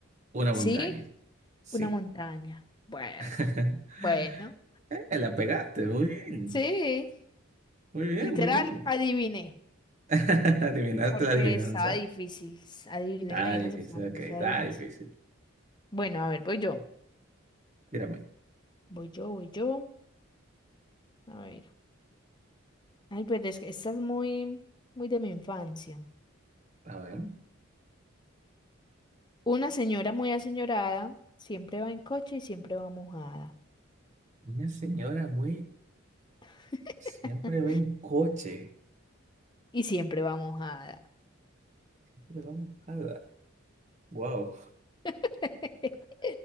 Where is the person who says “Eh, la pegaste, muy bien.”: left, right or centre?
Right